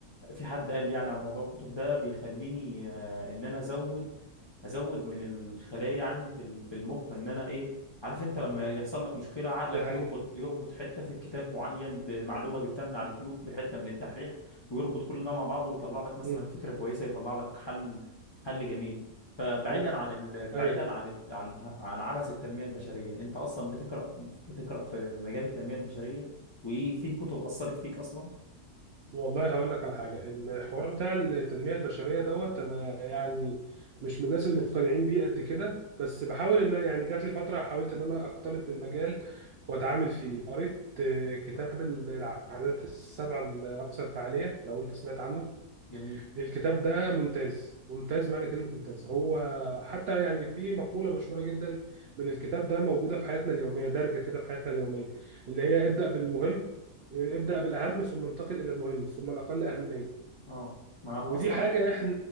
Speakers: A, on the left; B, on the right.
A: في حد قال لي يعني على موضوع الكتب ده بيخليني آه، ان انا ازود ازود من الخلايا عندي في ال- في المخ ان انا ايه عارف انت لما يحصل لك مشكله عقلك
B: دي حقيقة
A: يربط يربط حته في الكتاب معين بمعلومه جبتها من على اليوتيوب بحته من الدحيح ويربط كل ده مع بعضه ويطلع لك مثلا
B: مم.
A: فكره كويسه يطلع لك حل حل جميل فبعيدا
B: مم.
A: عن ال... بعيدا
B: أيوه
A: عن الت- عن عن عبث التنميه البشريه انت اصلا بتقرا بتقرا في مجال التنميه البشريه وايه في كتب اثرت فيك اصلا
B: والله هقول لك على حاجة الحوار بتاع التنمية البشرية دوت أنا يعني مش من الناس المقتنعين بيه قد كده بس بحاول إن أنا- يعني جات لي فترة حاولت إن أنا أختلط بالمجال وأتعامل فيه قريت آه، كتاب العادات السبع الأكثر فعالية لو أنت سمعت عنه
A: جميل
B: الكتاب ده ممتاز ممتاز معنى كلمة ممتاز هو حتى يعني في مقولة مشهورة جدا من الكتاب ده موجودة في حياتنا اليومية دارجة كده في حياتنا اليومية اللي هي ابدأ بالمهم ابدأ بالأهم ثم انتقل إلى المهم ثم الأقل أهمية
A: اه ما
B: ودي
A: اصلا
B: حاجة احنا